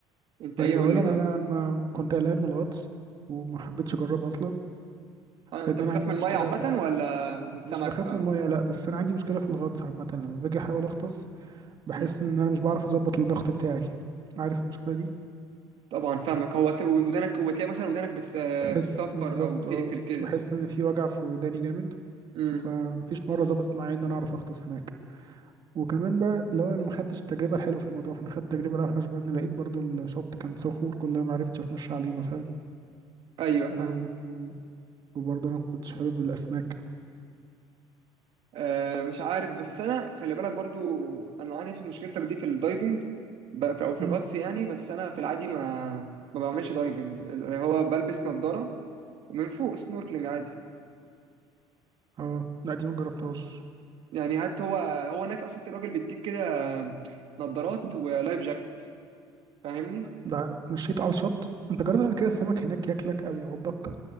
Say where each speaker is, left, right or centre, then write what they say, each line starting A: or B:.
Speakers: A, on the right (about 65°); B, on the right (about 45°).
A: انت
B: يعني
A: ايه قول
B: اولا
A: لي
B: انا
A: طب
B: ما كنت قلقان من الغطس وما حبيتش اجربه اصلا
A: آه، انت
B: لان
A: بتخاف
B: انا عندي
A: من
B: مشكله
A: الميه عامه
B: قبل كده
A: ولا من السمك
B: مش بخاف
A: او
B: من المية لا بس انا عندي مشكله في الغطس عامه لما باجي احاول اغطس بحس
A: مم.
B: ان انا مش بعرف اظبط الضغط بتاعي عارف المشكله دي
A: طبعا فاهمك هو تلاقي ودانك وتلاقي مثلا ودانك بت... آه،
B: بحس
A: بتصفر
B: بالظبط
A: او بتقفل
B: اه
A: كده
B: بحس ان في وجع في وداني جامد
A: امم
B: فمفيش مره ظبطت معايا ان انا اعرف اغطس هناك وكمان بقى لو انا ما خدتش التجربه الحلوه في الموضوع فانا خدت التجربه الاوحش بقى ان لقيت برضو الشط كان صخور كلها ما عرفتش اتمشى عليه مثلا
A: ايوه
B: و...
A: فاهم
B: وبرضو انا ما كنتش حابب الاسماك
A: آه مش عارف بس انا خلي بالك برضو انا عندي نفس مشكلتك دي في الدايفنج ب- في- او في
B: مم.
A: الغطس يعني بس انا في العادي ما ما بعملش دايفنج اللي هو بلبس نظارة ومن فوق سنوركلينج عادي
B: اه لا دي ما جربتهاش
A: يعني حتى هو هو هناك اصلا في راجل بيديك كده نظارات ولايف جاكيت فاهمني
B: لا انا اتمشيت على الشط انت جربت قبل كده السمك هناك ياكلك او يعضك